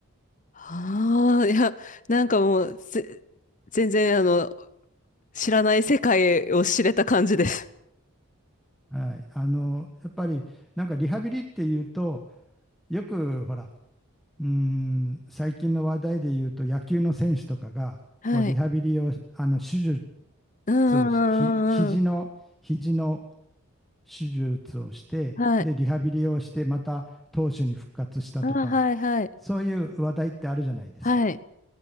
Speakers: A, on the left; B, in the centre.
A: ああ、いや、なんかもう、ぜ、全然、あの、知らない世界を知れた感じです。
B: はい、あのやっぱりなんかリハビリっていうとよくほらうーん最近の話題で言うと野球の選手とかがこうリハビリをあの手術
A: はい。うんうんう
B: をひ肘の肘の
A: んうんうん。
B: 手術をして、
A: はい。
B: で、リハビリをしてまた投手に復活したとか、
A: あー、はいはい。
B: そういう話題ってあるじゃないですか。
A: はい。